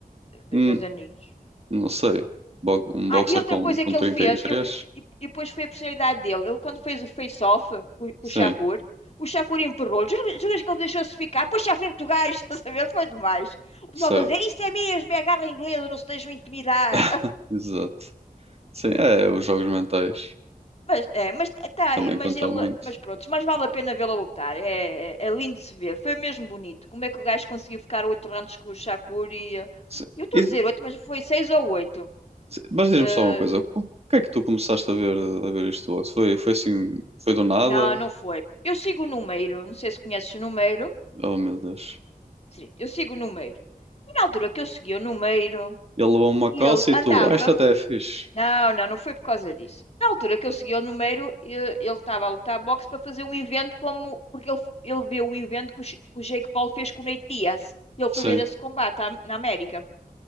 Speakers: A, on the right; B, on the left.
A: Hum,
B: eh, três aninhos.
A: não sei. Bo- Um
B: Ah,
A: boxer
B: e outra
A: com,
B: coisa
A: com
B: que
A: 33?
B: ele fez, eu, e, e depois foi a personalidade dele. Ele, quando fez o face-off com, com
A: Sim,
B: o Shakur, o Shakur empurrou-lhe. Jura- Juras que ele deixou-se ficar? Puxa à frente do gajo, <laughs> estás a ver? Foi demais. O pessoal
A: certo.
B: está a dizer: Isso é mesmo, é a garra inglesa, não se deixam intimidar.
A: <laughs>
B: <laughs>
A: Exato. Sim, é, os jogos mentais
B: Mas, é, mas, tá,
A: também
B: mas
A: contam
B: ele,
A: muito.
B: mas pronto, mas vale a pena vê-lo a lutar. É, é, é lindo de se ver. Foi mesmo bonito. Como é que o gajo conseguiu ficar oito rounds com o Shakur e. eh,
A: Sim.
B: Eu estou
A: E-
B: a dizer oito, mas foi seis ou oito.
A: se- mas diz-me
B: Eh,
A: só uma coisa, o que é que tu começaste a ver, a ver isto boxe? Foi, foi assim, foi do nada?
B: não, não foi. Eu sigo o Numeiro, não sei se conheces o Numeiro.
A: Oh meu Deus.
B: Sim, eu sigo o Numeiro. E na altura que eu segui o Numeiro,
A: Ele levou uma coça
B: ele
A: e
B: andava.
A: tu, ah, isto até é fixe.
B: Não, não, não foi por causa disso. Na altura que eu segui o Numeiro, e- ele estava a lutar boxe para fazer um evento como. Porque ele, f- ele viu o evento que o, Sh- que o Jake Paul fez com o Nate Diaz. Ele foi
A: Sim,
B: ver esse combate à- na América.